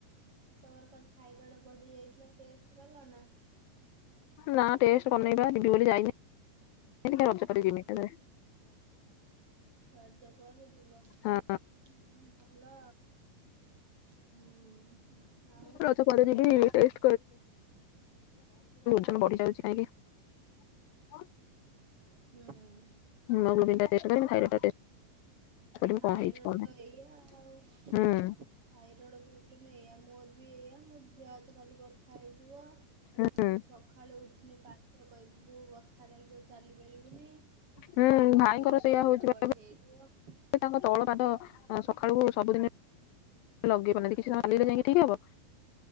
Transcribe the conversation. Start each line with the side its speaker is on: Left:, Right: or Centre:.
Right: ତୋମର କଣ ଥାଇରଏଡ଼ ବଢି ଯାଇଥିଲା ଟେଷ୍ଟ କଲ ନା।
Left: ନା ଟେଷ୍ଟ କରିନେଇବା ଦିବି ବୋଲି ଯାଇନି <inaudible>
Right: ରାଜ ପରେ ଯିବ।
Left: ହଁ
Right: ହଁ ଭଲ ହୁଁ ଆ।
Left: ରଜ ପରେ ଯିବି ଟେଷ୍ଟ ତେ ବଢି ଯାଉଛି କାହିଁକି?
Right: ହୁଁ
Left: <unintelligible> କରିବି
Right: ଥାଇରଏଡ଼
Left: କଣ ହେଇଛି କଣ
Right: ତ
Left: ନାହିଁ
Right: ଏଇ ଆଉ ଥାଇରଏଡ
Left: ହୁଁ
Right: ପ୍ରୋବ୍ଲେମ ଏଇା ମୋର ବି ଏଇଆ ମୋ ଦେିଅ ହାତ ଖାଲି ବଥା ହେଇଯିବ
Left: ହୁଁ
Right: ଉଁ ସକାଳେୁ ଉଠିନି ପାଦ କହିବୁ ମୁ ବ କଥା ଲାଗିବ ଚାଲିପାରିବୁନି ତାପରେ
Left: ହୁଁ ଭାଇଙ୍କର ସେଇଆ
Right: ଥାଇରଏଡ
Left: ହଉଛି ବା
Right: ବଢି
Left: ଏବେ,
Right: ଯାଇଥିବ।
Left: ତାଙ୍କ ତଉଳ ପାଦ ସକାଳୁ ସବୁଦିନ ଲଗେଇ ପାରି କିଛି <unintelligible> ଯାଇକି ଠିକ ହବ।